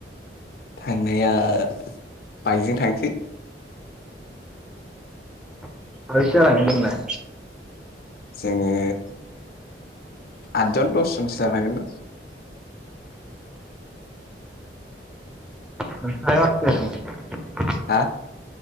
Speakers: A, on the left; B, in the centre.
A: थांनाया बाइकजों थांसै।
B: साबैसे जालांगोन जोंलाय?
A: जोङो आदजन दसजनसो जानांगोन दां।
B: नोंसिना मा ओंख्रि जादोंमोन?
A: हा।